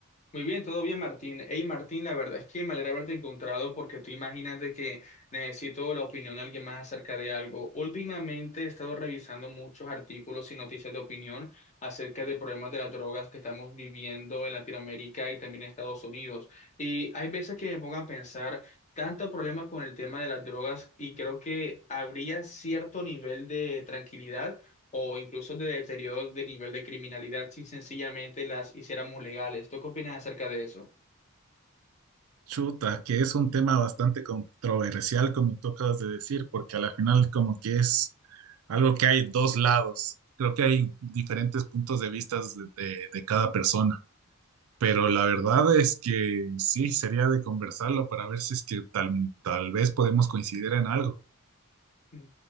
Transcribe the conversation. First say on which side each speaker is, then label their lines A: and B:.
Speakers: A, on the left (about 30°); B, on the right (about 75°).
A: Muy bien, todo bien, Martín. Hey, Martín, la verdad es que me alegra haberte encontrado porque tú imagínate que necesito la opinión de alguien más acerca de algo. Últimamente he estado revisando muchos artículos y noticias de opinión acerca de problemas de las drogas que estamos viviendo en Latinoamérica y también en Estados Unidos. Y hay veces que me pongo a pensar tanto problema con el tema de las drogas y creo que habría cierto nivel de tranquilidad o incluso de deterioro de nivel de criminalidad si sencillamente las hiciéramos legales. ¿Tú qué opinas acerca de eso?
B: Chuta, que es un tema bastante controversial, como tú acabas de decir, porque a la final como que es algo que hay dos lados. Creo que hay diferentes puntos de vistas de, de- de cada persona, pero la verdad es que sí, sería de conversarlo para ver si es que tal, tal vez podemos coincidir en algo.
A: Mm.